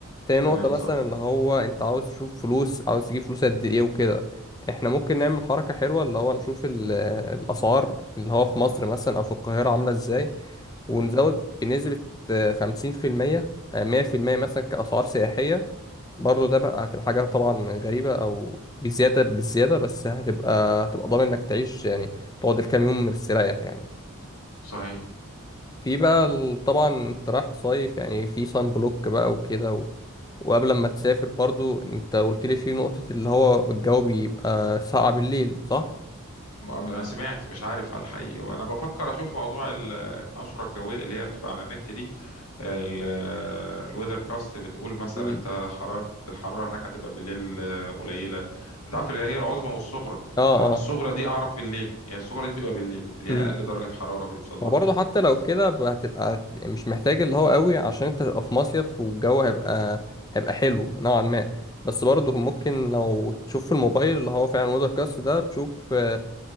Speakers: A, on the left; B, on the left.
A: تاني
B: تمام
A: نقطة مثلا
B: صح
A: اللي هو أنت عاوز تشوف فلوس عاوز تجيب فلوس قد إيه وكده احنا ممكن نعمل حركة حلوة اللي هو نشوف ال- الأسعار اللي هو في مصر مثلا أو في القاهرة عاملة إزاي ونزود
B: مم.
A: بنسبة خمسين في المية آه، مية في المية مثلا كأسعار سياحية برضه ده بقى هتبقى حاجة طبعا غريبة أو بزيادة بالزيادة بس هتبقى هتبقى ضامن إنك تعيش يعني تقعد الكام يوم مستريح يعني
B: صحيح
A: في بقى ال- طبعا أنت رايح تصيف يعني في صن بلوك بقى وكده و... وقبل ما تسافر برضو أنت قلت لي في نقطة اللي هو الجو بيبقى ساقع بالليل صح؟
B: م- انا سمعت مش عارف هل حقيقي وانا بفكر اشوف موضوع ال- النشره الجويه اللي هي بتبقى على النت دي الويذر كاست بتقول مثلا
A: مم.
B: انت حراره الحراره هناك هتبقى بالليل آه، قليله انت عارف اللي هي العظمى والصغرى
A: اه
B: فانا من الصغرى دي اعرف بالليل يعني الصغرى دي بتبقى بالليل اللي
A: اه
B: هي اقل درجه حراره بيوصل لها
A: وبرضه حتى لو
B: ف...
A: كده ب- هتبقى مش محتاج اللي هو قوي عشان انت تبقى في مصيف والجو هيبقى هيبقى حلو نوعا ما بس برضه ممكن لو تشوف في الموبايل اللي هو فعلا وودر كاست ده تشوف آه،